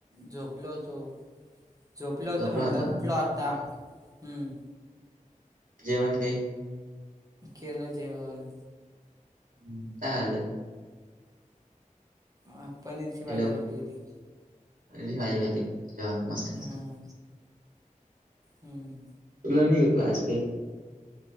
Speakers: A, on the right; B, on the right.
A: झोपलो होतो. झोपलो होतो
B: झोपला
A: म्हटलं
B: होता का?
A: उठलो आत्ता. हम्म.
B: जेवण काही?
A: केलं जेवन.
B: हम्म. काय खाल्लं?
A: अ पनीरची
B: हॅलो
A: भाजी खाल्ली होती.
B: पनीरची भाजी खाल्ली. अरे वा! मस्त मस्त.
A: हां हम्म
B: तुला मी - <unintelligible> काही.